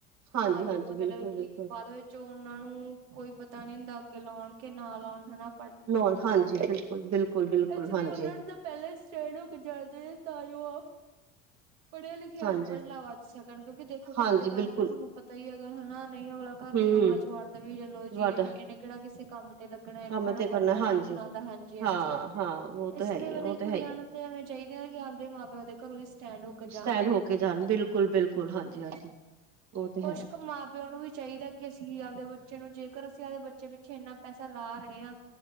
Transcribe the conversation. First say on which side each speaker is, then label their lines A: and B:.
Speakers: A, on the right; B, on the right.
A: ਹਾਂਜੀ
B: ਤਾਂ ਜੋ
A: ਹਾਂਜੀ
B: ਮਤਲਬ
A: ਬਿਲਕੁਲ
B: ਕਿ
A: ਬਿਲਕੁਲ
B: ਬਾਅਦ ਵਿੱਚ ਉਹਨਾਂ ਨੂੰ ਕੋਈ ਪਤਾ ਨੀ ਦਾ ਅੱਗੇ ਲਾਉਣ ਕੇ ਨਾ ਲਾਉਣ ਹਨਾ।
A: ਲੋ ਹਾਂਜੀ ਬਿਲਕੁਲ ਬਿਲਕੁਲ ਬਿਲਕੁਲ
B: ਐਕਚੁਲੀ
A: ਹਾਂਜੀ
B: ਉਹਨਾਂ ਦਾ ਪਹਿਲਾਂ ਈ ਸਟੇਂਟਡ ਹੋ ਕੇ ਜਾਣਾ ਚਾਹੀਦਾ ਤ ਜੋ ਆਪ ਪੜ੍ਹਿਆ ਲਿਖੇ
A: ਹਾਂਜੀ
B: ਅਨਪੜ੍ਹ ਨਾ ਵੱਜ ਸਕਣ ਕਿਉਂਕਿ ਦੇਖੋ
A: ਹਾਂਜੀ
B: ਘਰ ਦੇ
A: ਬਿਲਕੁਲ
B: ਤਾਂ ਤੁਹਾਨੂੰ ਪਤਾ ਹੀ ਹੈਗਾ ਹਨਾ ਨਹੀਂ ਅਗਲਾ ਘਰ
A: ਹਮ
B: ਦੇ ਕੰਮਾਂ 'ਚ ਵੱੜਦਾ ਵੀ ਚਲੋ
A: ਵਾਟਾ
B: ਜੀ ਇਹਨੂੰ ਇਹਨੇ ਕਿਹੜਾ ਕਿਸੇ ਕੰਮ ਤੇ ਲ ਲੱਗਣਾ ਇਹਨੂੰ
A: ਕੰਮ
B: ਕਿਹੜਾ
A: ਤੇ ਕਰਨਾ
B: ਪੜ੍ਹਨਾ
A: ਹਾਂਜੀ
B: ਲਿਖਣਾ ਆਉਂਦਾ ਹਾਂਜੀ-
A: ਹਾਂ
B: ਹਾਂਜੀ
A: ਹਾਂ ਉਹ ਤਾਂ
B: ਇਸ
A: ਹੈ
B: ਲਈ
A: ਹੀ
B: ਮਤਲਬ
A: ਹੈ ਉਹ ਤਾਂ
B: ਕੁੜੀਆਂ
A: ਹੈ ਹੀ
B: ਨੂੰ ਤਾਂਵੇ ਚਾਹੀਦੇ ਹੈ ਕਿ ਆਪਦੇ ਮਾਂ ਪਿਓ ਦੇ ਘਰੋਂ ਹੀ ਸਟੈਂਡ ਹੋ
A: ਹੈ
B: ਕੇ
A: ਸਟੈਂਡ
B: ਜਾਣ ਉਹ
A: ਹੋ ਕੇ ਜਾਣ ਬਿਲਕੁਲ ਬਿਲਕੁਲ
B: <inaudible>
A: ਹਾਂਜੀ ਹਾਂਜੀ ਉਹ ਤੇ
B: ਕੁਛ
A: ਹੈ
B: ਕੁ ਮਾਂ ਪਿਓ ਨੂੰ ਵੀ ਚਾਹੀਦਾ ਕਿ ਅਸੀਂ ਆਪਦੇ ਬੱਚੇ ਨੂੰ ਜੇਕਰ ਅਸੀ ਦੇ ਬੱਚੇ ਪਿੱਛੇ ਇੰਨਾ ਪੈਸਾ ਲਾ ਰਹੇ ਹਾਂ